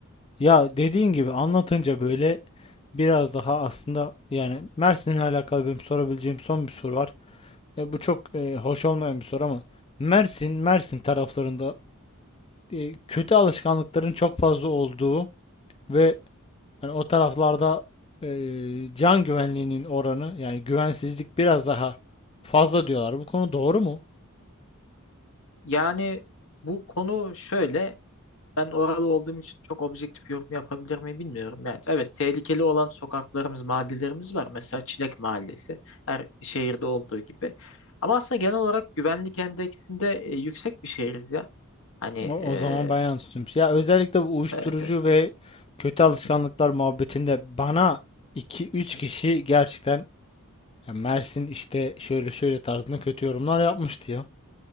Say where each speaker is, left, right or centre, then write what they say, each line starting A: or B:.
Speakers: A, on the left; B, on the left.
A: ya dediğin gibi anlatınca böyle biraz daha aslında yani Mersin'le alakalı benim sorabileceğim son bir soru var. E, bu çok e, hoş olmayan bir soru ama Mersin, Mersin taraflarında e, kötü alışkanlıkların çok fazla olduğu ve hani o taraflarda e, can güvenliğinin oranı yani güvensizlik biraz
B: Hı hı.
A: daha fazla diyorlar. Bu konu doğru mu?
B: Yani bu konu şöyle. ben oralı olduğum için çok objektif yorum yapabilir miyim bilmiyorum. Yani evet tehlikeli olan sokaklarımız, mahallelerimiz var. Mesela Çilek Mahallesi her şehirde olduğu gibi. Ama aslında genel olarak güvenlik endeksinde e, yüksek bir şehiriz ya. Hani
A: O,
B: e,
A: o zaman ben yanlış tutmuş. Ya özellikle bu uyuşturucu
B: evet, evet.
A: ve kötü alışkanlıklar
B: Hı hı,
A: muhabbetinde bana iki üç
B: hı
A: kişi
B: hı.
A: gerçekten ya Mersin işte şöyle şöyle tarzında kötü yorumlar yapmıştı ya.